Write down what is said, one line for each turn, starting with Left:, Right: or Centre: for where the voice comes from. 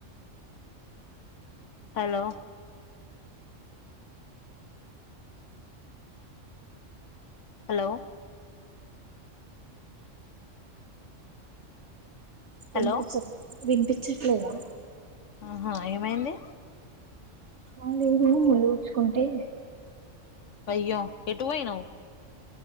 Left: హలో హలో హలో
Right: వినిపించేట్లే వినిపించట్లేదా
Left: ఆహా ఏమైంది
Right: ఆ లేదు ముళ్లు గుచ్చుకుంటే
Left: అయ్యో ఎటుూ వోయినావ్